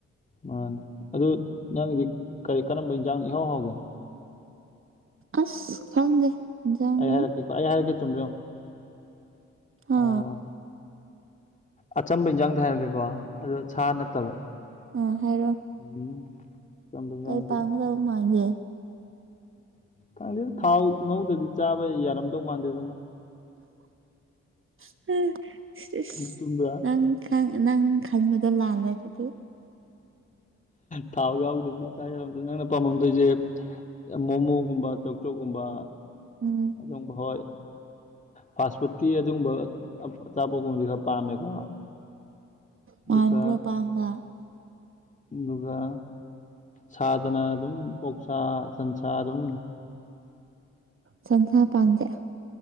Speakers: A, on the left; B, on the right.
A: ꯃꯥꯅꯦ ꯑꯗꯨ ꯅꯪꯒꯤꯗꯤ ꯀꯔꯤ ꯀꯔꯝꯕ ꯏꯟꯖꯥꯡꯅ ꯏꯍꯥꯎ ꯍꯥꯎꯒꯦ
B: ꯑꯁ ꯈꯪꯗꯦ ꯏꯟꯁꯥꯡꯁꯦ
A: ꯑꯩ ꯍꯥꯏꯔꯛꯀꯦꯀꯣ ꯑꯩ ꯍꯥꯏꯔꯛꯀꯦ ꯆꯨꯝꯕ꯭ꯔꯥ ꯌꯦꯡꯉꯣ
B: ꯍꯥ
A: ꯑꯥ ꯑꯆꯝꯕ ꯏꯟꯖꯥꯡꯗ ꯍꯥꯏꯔꯛꯀꯦꯀꯣ ꯑꯗꯣ ꯁꯥ ꯅꯠꯇꯕ
B: ꯑꯥ ꯍꯥꯏꯔꯣ
A: ꯎꯝ ꯑꯆꯝꯕ ꯏꯟꯖꯥꯡꯁꯦ
B: ꯀꯩ ꯄꯥꯝꯒꯗꯕ ꯃꯥꯟꯒꯦ
A: ꯈꯪꯗꯦ ꯊꯥꯎ ꯉꯧꯗꯗꯤ ꯆꯥꯕ ꯌꯥꯔꯝꯗꯧ ꯃꯥꯟꯗꯦꯗ ꯅꯪ
B: <unintelligible>
A: ꯆꯨꯝ꯭ꯔꯥ
B: ꯅꯪ ꯈ ꯅꯪ ꯈꯟꯕꯗꯣ ꯂꯥꯜꯂꯦ ꯑꯗꯨꯗꯤ
A: ꯊꯥꯎ ꯌꯥꯎꯕꯗꯗꯤ ꯆꯥ ꯌꯥꯔꯝꯗ꯭ꯔ ꯅꯪꯅ ꯄꯥꯥꯝꯃꯝꯗꯣꯏꯁꯦ ꯃꯣꯃꯣꯒꯨꯝꯕ ꯇꯧꯆꯣꯀꯨꯝꯕ
B: ꯎꯝ
A: ꯑꯗꯨꯝꯚꯣꯏ ꯐꯥꯁ ꯐꯨꯗꯀꯤ ꯑꯗꯨꯒꯨꯝꯕ ꯑꯆꯥꯄꯣꯀꯨꯝꯗꯤ ꯈꯔ ꯄꯥꯝꯃꯦꯀꯣ ꯑꯗꯨꯒ
B: ꯃꯥꯟꯕ꯭ꯔꯣ ꯄꯥꯝꯕ
A: ꯑꯗꯨꯒ ꯁꯥꯗꯅ ꯑꯗꯨꯝ ꯑꯣꯣꯛꯁꯥ ꯁꯟꯁꯥ ꯑꯗꯨꯝ
B: ꯁꯟꯁꯥ ꯄꯥꯟꯗꯌꯥ